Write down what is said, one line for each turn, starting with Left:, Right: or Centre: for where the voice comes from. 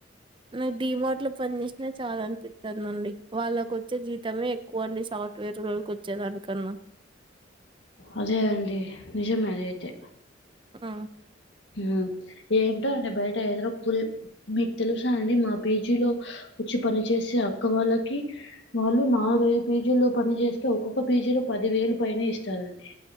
Right: నాకు డిమార్ట్ లో పనిచేసినా చాలా అనిపిస్తుందిండి వాళ్ళకు వచ్చే జీతమే వన్లీ సాఫ్ట్వేర్ వాళ్ళకి వచ్చేదానికన్నా
Left: అ లేదండి నిజమే అదైతే
Right: ఆ!
Left: ఉ ఏంటో అండి బయట వెదర్ ఫుల్ మీకు తెలుసా అండి మా పీజీలో వచ్చి పని చేసే అక్క వాళ్ళకి వాళ్ళు నాలుగైదు పీజీలో పని చేస్తే ఒక్కొక్క పీజీలో పది వేలు పైనే ఇస్తారండి.